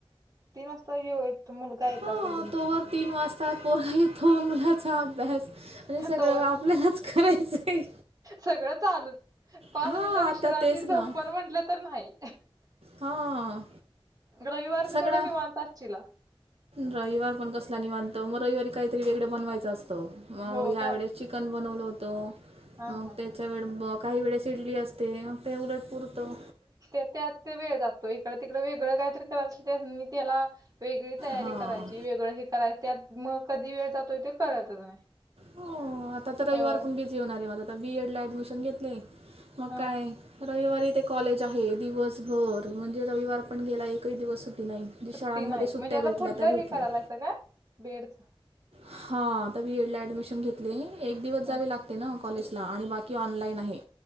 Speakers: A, on the right; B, on the right.
A: तीन वाजता येऊ तो मुलगा येत
B: हो
A: असेल तुमचा
B: तोवर तीन वाजतात. पोर येतो मुलाचा अभ्यास म्हणजे सगळं
A: तवर
B: वापल्यालाच करायचं आहे.
A: सगळं चालूच पाच
B: हां
A: मिनिटं विश्रांती
B: आता तेच
A: झोपण
B: ना
A: म्हटलं तर नाही.
B: हा
A: रविवारच
B: सगळा
A: तेवढा निवांत असशीला?
B: रविवार पण कसला नाही निवांत, मग रविवारी काहीतरी वेगळं बनवायचं असतं. मग
A: हो
B: ह्या
A: काय
B: वेळेस चिकन बनवलं होतं,
A: हा
B: मग
A: हा
B: त्याच्या
A: हा.
B: वेळ ब काही वेळेस इडली असते‌. मग ते उलट पूर तो
A: तर त्यात ते वेळ जातो. तो इकडं तिकडे वेगळं कायतरी कराय <unintelligible> मी त्याला वेगळी तयारी
B: हां
A: करायची वेगळं हे करायचं त्यात मग कधी वेळ जातोय ते कळतच नाही.
B: हो आता तर रविवार
A: होय
B: पण बिझी होणार आहे माझं. आता बीएडला ऍडमिशन घेतलंय, मग
A: हा.
B: काय रविवारी इथे कॉलेज आहे दिवसभर म्हणजे रविवार पण गेला, एकही दिवस सुट्टी नाही. जी
A: सुट्टी
B: शाळांमध्ये
A: नाही.
B: सुट्ट्या
A: म्हणजे आता
B: भेटल्या
A: पुुढलं
B: त्या भेटल्या
A: हे करायलासा काय बीएडच?
B: हा आता बीएडला ऍडमिशन घेतलंय. एक दिवस
A: हम्म
B: जावे लाग ते ना कॉलेजला आणि बाकी ऑनलाईन आहे.